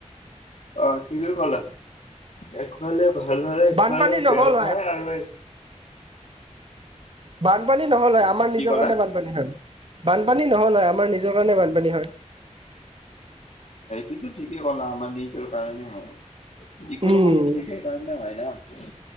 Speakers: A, on the left; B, on the right.
A: অ ঠিকেই ক'লা। একফালে ভাল হয় একফালে
B: বানপানী
A: বেয়া
B: নহ'ল
A: হয়, আৰু এক
B: বানপানী নহল হয় আমাৰ
A: কি
B: নিজৰ
A: ক'লা
B: কাৰণে বান- পানী হয় বানপানী নহয় হয় আমাৰ নিজৰ কাৰণে বানপানী হয়।
A: সেইটোতো ঠিকেই কলা, আমাৰ নিজৰ কাৰণে হয়। যিকোনো
B: উম
A: বস্তু নিজে সেই কাৰণে হয় ন,